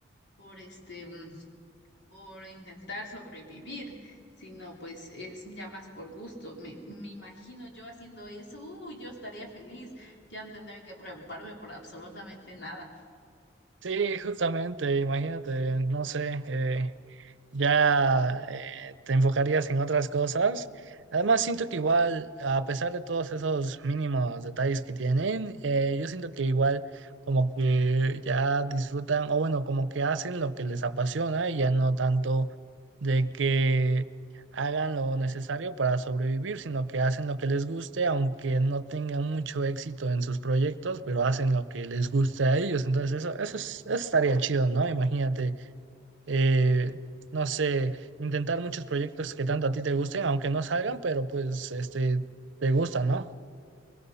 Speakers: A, on the left; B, on the right.
A: por este, mm, por intentar sobrevivir, sino pues es ya más por gusto. Me, me imagino yo haciendo eso, uh, yo estaría feliz, ya no tendría que preocuparme por absolutamente nada.
B: Sí, justamente, imagínate, no sé, eh, ya eh, te enfocarías en otras cosas. Además, siento que igual, a pesar de todos esos mínimos detalles que tienen, eh, yo siento que igual como que ya disfrutan, o bueno, como que hacen lo que les apasiona y ya no tanto de que hagan lo necesario para sobrevivir, sino que hacen lo que les guste, aunque no tengan mucho éxito en sus proyectos, pero hacen lo que les guste a ellos. Entonces, eso, eso, es- eso estaría chido, ¿no? Imagínate eh, no sé, intentar muchos proyectos que tanto a ti te gusten, aunque no salgan, pero pues este, te gustan, ¿no?